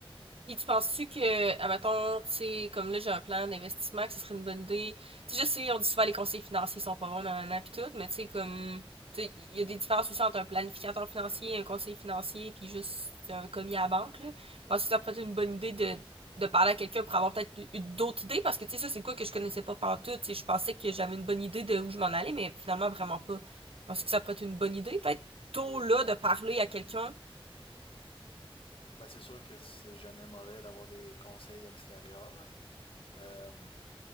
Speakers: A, on the right; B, on the left.
A: Puis tu penses-tu que, admettons, tu sais, comme là j'ai un plan d'investissement, que ce serait une bonne idée. Tu sais, je sais, on dit souvent les conseillers financiers sont pas bons, nanana, pis tout, mais tu sais, comme, tu sais, il y a des différences aussi entre un planificateur financier, un conseiller financier, puis juste un commis à la banque, là. Penses-tu que ça pourrait être une bonne idée de, de parler à quelqu'un pour avoir peut-être eu d'autres idées? Parce que, tu sais, ça, c'est quoi que je connaissais pas partout, tu sais, je pensais que j'avais une bonne idée de où je m'en allais, mais finalement, vraiment pas. Penses-tu que ça pourrait être une bonne idée, peut-être, tôt là, de parler à quelqu'un?
B: Ben, c'est sûr que c'est jamais mauvais d'avoir des conseils extérieurs. Euh,